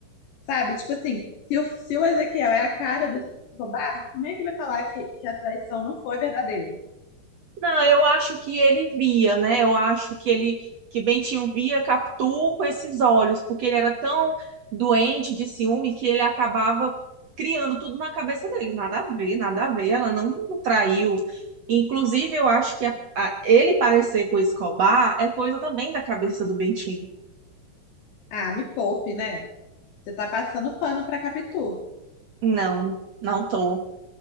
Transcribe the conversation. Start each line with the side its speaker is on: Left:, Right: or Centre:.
Left: Sabe? Tipo assim, se o, se o Ezequiel é a cara do Escobar, como é que vai falar que, que a traição não foi verdadeira?
Right: não, eu acho que ele via, né? Eu acho que ele, que Bentinho via Capitu com esses olhos, porque ele era tão doente de ciúme que ele acabava criando tudo na cabeça dele. Nada a ver, nada a ver, ela não traiu. Inclusive, eu acho que a- a- ele parecer com o Escobar é coisa também da cabeça do Bentinho.
Left: Ah, me poupe, né? Você tá passando pano pra Capitu.
Right: Não, não tô.